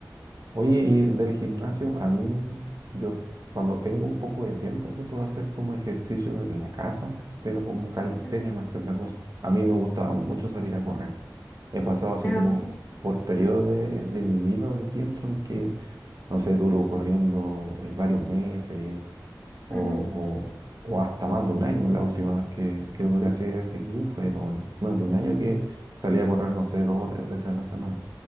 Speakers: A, on the right; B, on the left.
A: Oye, y del gimnasio, a mí, yo cuando tengo un poco de tiempo trato de hacer como ejercicio en la casa, pero como calistenia
B: Ujú.
A: más que otra cosa. A mí me gusta mucho salir a correr. He pasado así
B: Ah,
A: como
B: ok.
A: por periodos de, de mi vida o de tiempo en que, no sé, duro corriendo eh, varios meses o,
B: Ujú.
A: o hasta más de un año. La última vez que, que duré así de seguido fueron más de un año que salí a correr, no sé, dos o tres veces a la semana.